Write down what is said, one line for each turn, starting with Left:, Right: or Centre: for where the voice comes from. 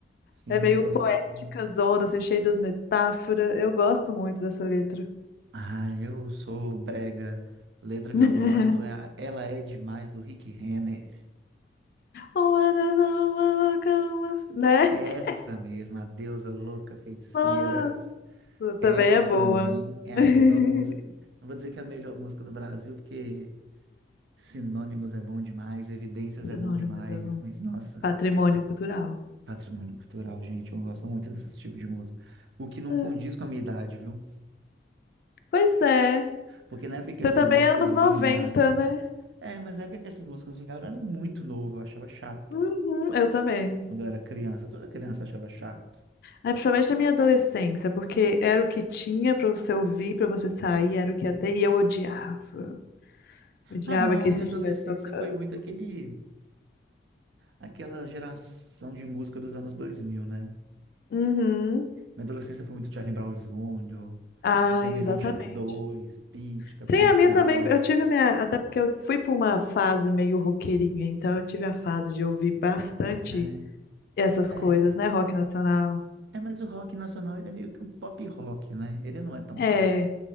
Right: Sim,
Left: É meio
Right: eu gosto
Left: poética,
Right: bastante.
Left: zona, assim, cheia das metáforas. Eu gosto muito dessa letra.
Right: Ah, eu sou brega. Letra que
Left: <laughs>
Right: eu gosto é a Ela é Demais do Rick Renner.
Left: Oh, my Deus, oh, my Deus, oh, my-
Right: Essa
Left: Né?
Right: mesma, a deusa louca feiticeira.
Left: Nossa, também
Right: Essa
Left: é boa.
Right: pra mim é
Left: <laughs>
Right: a melhor música. Não vou dizer que é a melhor música do Brasil, porque Sinônimos é bom demais, Evidências
Left: Sinônimos
Right: é bom demais,
Left: é bom.
Right: mas nossa,
Left: Patrimônio cultural.
Right: patrimônio cultural, gente, eu gosto muito desse tipo de música. O que não
Left: É,
Right: condiz com a minha idade, viu?
Left: Pois é.
Right: Porque na época que
Left: Você
Right: essas
Left: também
Right: músicas
Left: é anos
Right: vingaram.
Left: 90, né?
Right: É, mas na época que essas músicas vingaram, eu era muito novo, eu achava chato.
Left: Uhum, eu também.
Right: quando eu era criança. Toda criança achava chato.
Left: É, principalmente na minha adolescência, porque era o que tinha pra você ouvir, pra você sair, era o que ia ter, e eu odiava. Odiava
Right: Ah, não,
Left: que
Right: minha
Left: isso estivesse
Right: adolescência
Left: tocando.
Right: foi muito aquele, aquela geração de música dos anos dois mil né?
Left: Uhum.
Right: Minha adolescência foi muito Charlie Brown Jr.,
Left: Ah,
Right: CPM
Left: exatamente.
Right: 22, Pitty, Capital
Left: Sim,
Right: Inicial.
Left: a minha também. Eu tive minha. Até porque eu fui pra uma fase meio roqueirinha, então eu tive a fase de ouvir bastante
Right: É,
Left: essas coisas,
Right: é,
Left: né? Rock nacional.
Right: é, mas o rock nacional, ele é meio que um pop rock, né? Ele não é tão rock.
Left: É,